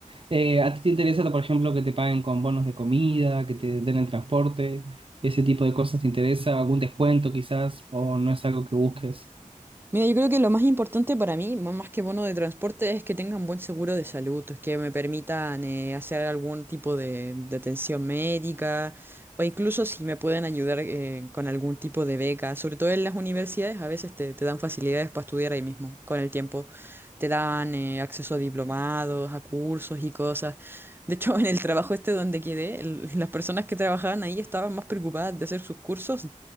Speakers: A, on the right (about 40°); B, on the right (about 15°).
A: Eh, ¿a ti te interesa, por ejemplo, que te paguen con bonos de comida, que te den el transporte, ese tipo de cosas te interesa, algún descuento quizás, o no es algo que busques?
B: Mira, yo creo que lo más importante para mí, m- más que bono de transporte, es que tengan buen seguro de salud, que me permitan eh, hacer algún tipo de, de atención médica o incluso si me pueden ayudar eh, con algún tipo de beca. Sobre todo en las universidades, a veces te, te dan facilidades para estudiar ahí mismo, con el tiempo. Te dan eh, acceso a diplomados, a cursos y cosas. De hecho, <laughs> en el trabajo este donde quedé, el- las personas que trabajaban ahí estaban más preocupadas de hacer sus cursos